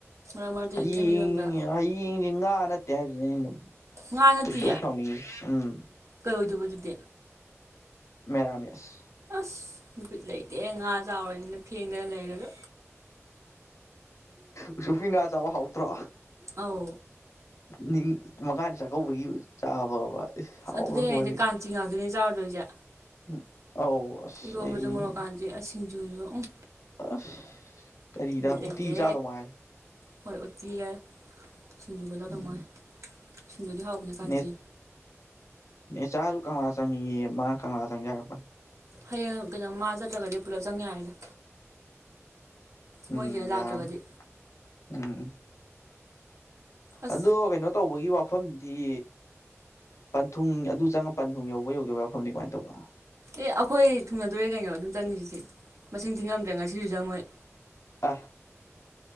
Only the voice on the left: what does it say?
ꯍꯌꯦꯡ
ꯍꯌꯦꯡꯁꯦ ꯉꯥ ꯅꯠꯇꯦ ꯍꯥꯏꯕꯁꯤꯅꯦ ꯑꯩꯅ
ꯈꯣꯏꯗꯧ ꯁꯥꯎꯅꯤꯡꯉꯤꯁꯦ ꯎꯝ
ꯃꯦꯔꯥꯃꯦꯁ
ꯑꯨꯁꫭꯞꯀꯤ ꯉꯥ ꯆꯥꯕ ꯍꯥꯎꯇ꯭ꯔꯣ
ꯅꯤꯡ ꯃꯉꯥꯅꯤ ꯆꯥꯛꯀꯧꯕꯒꯤ ꯆꯥꯕꯕ ꯏꯁ
ꯍꯥꯎꯔꯕꯣꯅꯤ
ꯎꯝ ꯑꯧ ꯑꯁ
ꯑꯩ
ꯑꯁ ꯀꯔꯤꯗ
ꯎꯠꯇꯤ ꯆꯥꯗꯧ ꯃꯉꯥꯏꯔꯦ
ꯎꯝ
ꯅꯦ ꯅꯦꯆꯥꯁꯨ ꯀꯪꯂꯥ ꯆꯪꯉꯌꯦ ꯃꯥ ꯀꯪꯂꯥ ꯆꯪꯁꯦ ꯍꯥꯏꯔꯛꯄꯅꯦ
ꯎꯝ
ꯌꯥ꯭ꯔꯅꯤ ꯎꯝ
ꯑꯗꯣ ꯀꯩꯅꯣ ꯇꯧꯕꯒꯤ ꯋꯥꯐꯝ ꯃꯐꯝꯗꯤ ꯄꯟꯊꯨꯡ ꯑꯗꯨ ꯆꯪꯉ ꯄꯥꯟꯊꯨꯡ ꯌꯧꯕ ꯌꯧꯗꯥꯕ ꯃꯐꯝꯅꯤ ꯀꯃꯥꯏꯅ ꯇꯧꯕ
ꯑꯥ